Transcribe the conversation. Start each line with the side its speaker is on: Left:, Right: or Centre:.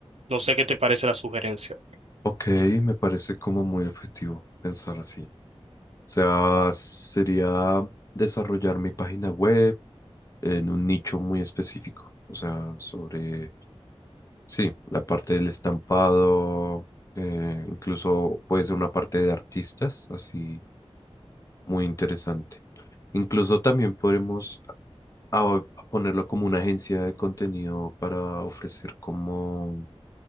Right: No sé qué te parece la sugerencia.
Left: Ok, me parece como muy objetivo pensar así. O sea, sería desarrollar mi página web en un nicho muy específico. O sea, sobre, sí, la parte del estampado, eh, incluso puede ser una parte de artistas, así Muy interesante. Incluso también podremos a- ponerlo como una agencia de contenido para ofrecer como